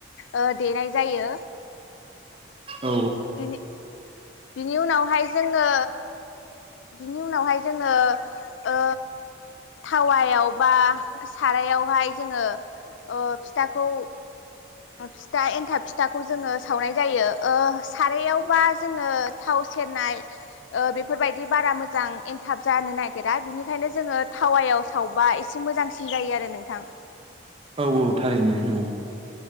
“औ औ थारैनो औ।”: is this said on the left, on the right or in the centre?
Right